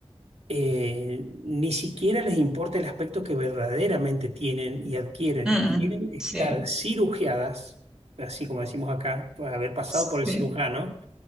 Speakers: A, on the right; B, in the centre.
A: eh, ni siquiera les importa el aspecto que verdaderamente tienen y adquieren.
B: Mm,
A: Quieren
B: mm.
A: estar
B: Sí,
A: cirugiadas, así como decimos acá, por haber pasado
B: sí,
A: por el cirujano,